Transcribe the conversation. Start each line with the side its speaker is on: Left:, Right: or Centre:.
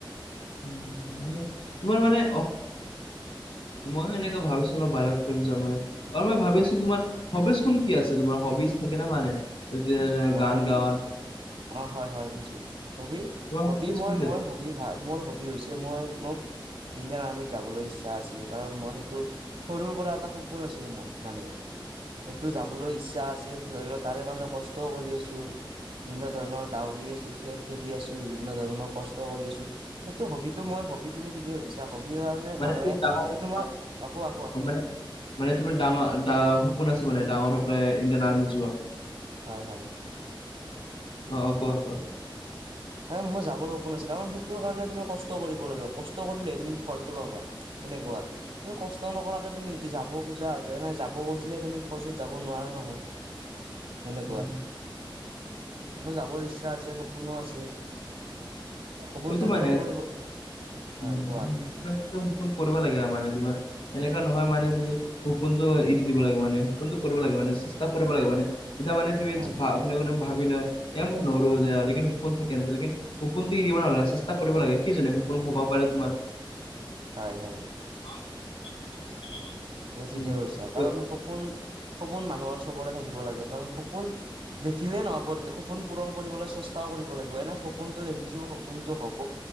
Left: উম ভালে তোমাৰ মানে মই সেনেকা ভাবিছোলো বাহিৰত ফুৰিম যাম মানে আৰু মই ভাবি আছিলো তোমাৰ হবিচ খন কি আছে তোমাৰ হবিজ থাকে না মানে এই যে যে
Right: অ
Left: গান
Right: হবি
Left: গাওঁ
Right: অ হয় হয় বুজি পাইছো হবি
Left: তোমাৰ
Right: হবি
Left: হবিজ
Right: মই
Left: কোনটো
Right: মই
Left: আছে
Right: হবি হবি হা মোৰ হবি হৈছে মই মোক ইণ্ডিয়ান আৰ্মিত যাবলৈ ইচ্ছা আছে কাৰণ মই সেইটো সৰুৰ পৰা এটা সপোন আছিল মোৰ মানে সেইটো যাবলৈ ইচ্ছা আছে ধৰি লোৱা তাৰে কাৰণে কষ্টও কৰি আছো বিভিন্ন ধৰণৰ দাউৰি আছো খেল খেলি আছো বিভিন্ন ধৰণৰ কষ্ট কৰি আছো সেইটো হবিতো মই হবি তুমি ঠিকেই সুধিছা হবিৰ কাৰণে
Left: মানে
Right: মানুহে
Left: তুমি ডাঙৰ
Right: যে তোমাৰ
Left: অ
Right: কোৱা কোৱা
Left: অ
Right: কোৱা
Left: মানে মানে তুমি ডাঙৰ - দা সপোন আছে মানে ডাঙৰ হৈ পেলাই ইণ্ডিয়ান আৰ্মিত যোৱা
Right: হয় হয়
Left: অ অ কোৱা কোৱা <inaudible>
Right: এ মোৰ যাবৰ সপোন আছে কাৰণ সেইটোৰ কাৰণে তুমি কষ্ট কৰিব লাগে কষ্ট কৰিলেহে তুমি ফলটো পাবা এনেকুৱা তুমি কষ্ট নকৰাকে তুমি যদি যাব খোজা যাব এনেই খুজিলে তুমি ফৌজত যাব নোৱাৰা নহয় সেনেকুৱা
Left: উম,
Right: মোৰ যাবৰ ইচ্ছা আছে সপোনো আছে সপোনটো
Left: এইটো মানে
Right: পূৰণ কৰিব হয়
Left: উম,
Right: কোৱা
Left: <inaudible> সপোন কৰিব লাগে আৰু মানে তোমাৰ এনেকুৱা নহয় মানে তুমি সপোনতো এৰি দিব লাগে মানে সপোনতো কৰিব লাগে মানে চেষ্টা কৰিব লাগে মানে এতিয়া মানে তুমি
Right: হয়
Left: যে ভা শুনে কোনে ভাবি লয় এ মই নৰো যে লেকিন সপোন থাকেন লেকিন সপোন টি শিকিব নেলাগে চেষ্টা কৰিব লাগে কি জানে কোন হব পাৰে তোমাৰ
Right: হয় হয়
Left: <unintelligible>
Right: তুমি ঠিকে কৈছা
Left: ত
Right: কাৰণ সপোন সপোন মানুহৰ চবৰে থাকিব লাগে কাৰণ সপোন দেখিলেই নহ'ব সপোন পূৰণ কৰিবলে চেষ্টাও কৰিব লাগিব এনে সপোনটো দেখিছো সপোনটো হব